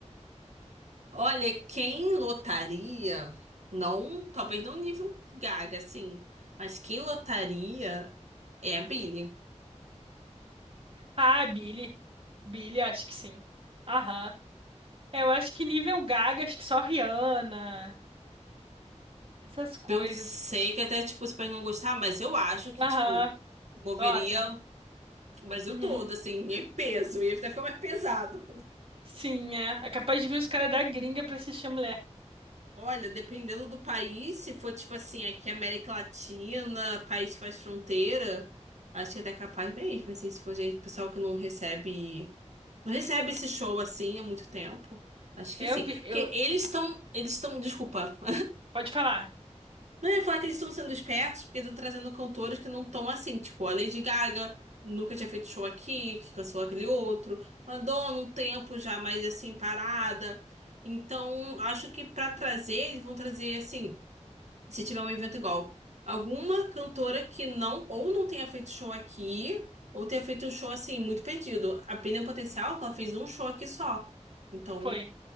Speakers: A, on the right (about 70°); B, on the right (about 50°).
A: Olha, quem lotaria, não, talvez não nível Gaga, assim, mas quem lotaria é a Billie.
B: Ah, Billy. Billy, acho que sim. Aham. É, eu acho que nível Gaga, acho que só Rihanna, essas coisas.
A: Eu sei que até, tipo, você pode não gostar, mas eu acho que, tipo,
B: Aham,
A: moveria
B: nota.
A: o Brasil
B: Uhum.
A: todo, assim, em peso, ia até ficar mais pesado.
B: Sim, é. É capaz de vir os caras da gringa pra assistir a mulher.
A: Olha, dependendo do país, se for tipo assim, aqui América Latina, país que faz fronteira, acho que até é capaz mesmo, assim, se for gente, pessoal que não recebe, não recebe esse show assim há muito tempo, acho que
B: Eu
A: sim.
B: vi,
A: Porque
B: eu...
A: eles estão, eles estão, desculpa, <laughs>
B: Pode falar.
A: não eu ia falar que eles estão sendo espertos, porque estão trazendo cantores que não estão assim, tipo a Lady Gaga, nunca tinha feito show aqui, que cancelou aquele outro, Madonna um tempo já mais assim parada, então acho que pra trazer, eles vão trazer assim se tiver um evento igual. Alguma cantora que não, ou não tenha feito show aqui, ou tenha feito um show assim, muito perdido. A Pina Potencial, que ela fez um show aqui só. Então,
B: Foi,